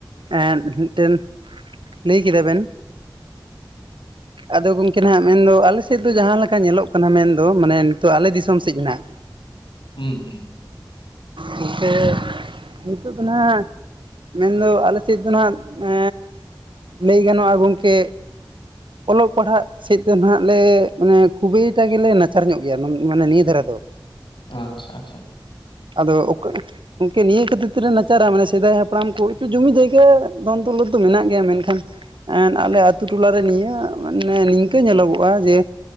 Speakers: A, on the right (about 80°); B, on the left (about 80°).
A: ᱮᱱ ᱢᱤᱫᱴᱮᱱ ᱞᱟᱹᱭ ᱠᱮᱫᱟ ᱵᱮᱱ᱾ ᱟᱫᱚ ᱜᱚᱝᱠᱮ ᱱᱟᱦᱟᱜ ᱢᱮᱱ ᱫᱚ ᱟᱞᱮ ᱥᱮᱫ ᱫᱚ ᱡᱟᱦᱟ ᱞᱮᱠᱟ ᱧᱮᱞᱚᱜ ᱠᱟᱱᱟ ᱢᱮᱱ ᱫᱚ ᱢᱟᱱᱮ ᱱᱤᱛᱳᱜ ᱟᱞᱮ ᱫᱤᱥᱚᱢ ᱥᱮᱫ ᱨᱮᱱᱟᱜ
B: ᱦᱩᱸ ᱦᱩᱸ᱾
A: ᱜᱚᱝᱠᱮ ᱱᱤᱛᱳᱜ ᱫᱚ ᱱᱟᱦᱟᱜ ᱢᱮᱱ ᱫᱚ ᱟᱞᱮ ᱥᱮᱫ ᱫᱚ ᱱᱟᱦᱟᱜ ᱮᱻ ᱞᱟᱹᱭ ᱜᱟᱱᱚᱜᱼᱟ ᱜᱚᱝᱠᱮ ᱚᱞᱚᱜ ᱯᱟᱲᱦᱟᱜ <inaudible> ᱞᱮ ᱢᱟᱱᱮ ᱠᱷᱩᱵᱤᱭ-ᱴᱟ ᱜᱮᱞᱮ ᱱᱟᱪᱟᱨ ᱧᱚᱜ ᱜᱮᱭᱟ ᱢᱟᱱᱮ ᱱᱤᱭᱟᱹ ᱫᱷᱟᱨᱮ ᱫᱚᱼᱼ
B: ᱟᱪᱪᱷᱟ ᱟᱪᱪᱷᱟ
A: ᱟᱫᱚ ᱟᱠᱟ ᱜᱚᱢᱠᱮ ᱱᱤᱭᱟᱹ ᱠᱷᱟᱹᱛᱤᱨ ᱛᱮᱞᱮ ᱪᱟᱨᱟ ᱢᱟᱱᱮ ᱥᱮᱫᱟᱭ ᱦᱟᱯᱲᱟᱢ ᱠᱚ ᱮ ᱡᱚᱢᱤ ᱡᱟᱭᱜᱟ ᱫᱚᱱ ᱫᱤᱞᱳᱛ ᱫᱚ ᱢᱮᱱᱟᱜ ᱜᱮᱭᱟ ᱢᱮᱱ ᱠᱷᱟᱱᱼᱼ ᱟᱞᱮ ᱟᱹᱛᱩ ᱴᱚᱞᱟᱨᱮ ᱱᱤᱭᱟᱹ ᱢᱟᱱᱮ ᱱᱤᱝᱠᱟᱹ ᱧᱮᱞᱚᱜᱼᱟ ᱡᱮᱼᱼ